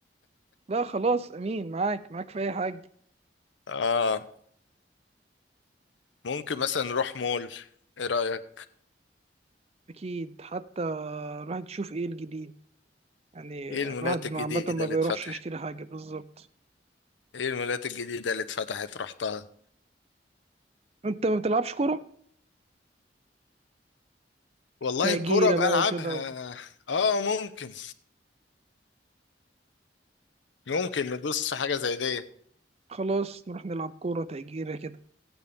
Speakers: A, on the right; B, on the left.
A: لا خلاص امين معاك معاك في اي حاجه
B: اه ممكن مثلا نروح مول ايه رأيك
A: أكيد حتى الواحد يشوف إيه الجديد يعني
B: ايه المولات
A: الواحد
B: الجديدة
A: ما- عامة ما
B: اللي
A: بيروحش
B: اتفتحت
A: يشتري حاجة بالظبط
B: ايه المولات الجديدة اللي اتفتحت رحتها
A: أنت ما بتلعبش كورة؟
B: والله
A: تأجيرة
B: الكرة بلعبها
A: بقى وكده
B: اه ممكن ممكن ندوس في حاجة زي دي
A: خلاص نروح نلعب كورة تأجيرة كده